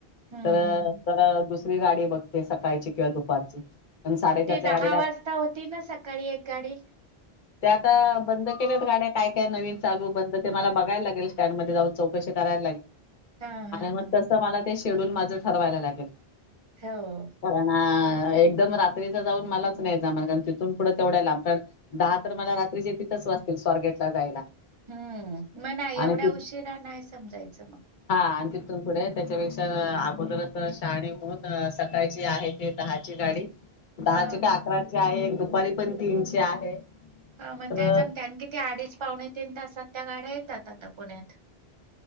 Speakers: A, on the right; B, on the left.
A: हम्म
B: तर
A: हम्म हम्म.
B: जरा दुसरी गाडी बघते सकाळची किंवा दुपारची प साडेचारच्या
A: ते
B: गाडी
A: दहा वाजता होती ना सकाळी एक गाडी
B: ते आता बंद केल्यात गाड्या काय काय नवीन चालू बंद ते मला बघायला लागेल स्टँडमध्येध्ये जाऊन चौकशी कराय
A: हा हा
B: मग
A: हा
B: तस मला ते शेड्यल माझ ठरवायला लागेल
A: हो
B: कार ना एकदम रात्रीचा जाऊन मला नाहीमला कारण तिथून पुढं तेवढ्या लांब कारण दहा तर मला रात्री जे तिथच वाचतील स्ॉर्गेटला जायला
A: हम्म मग नाही एवढा
B: आणि ति
A: उशिरा नाही समजायचं मग
B: हा आणि तिथून पुढे त्याच्यापेक्षा अगोदरच शाने होऊन सकाळची आहे ते दहा ची गाडी दहाचे
A: हा
B: का अकराचे आहे एक दुपारी पण तीनचे आहे
A: ह मग
B: तर
A: त्या जमते किती अडीच पाहुणे तीन तासात त्या गाड्या येतात आता पुण्यात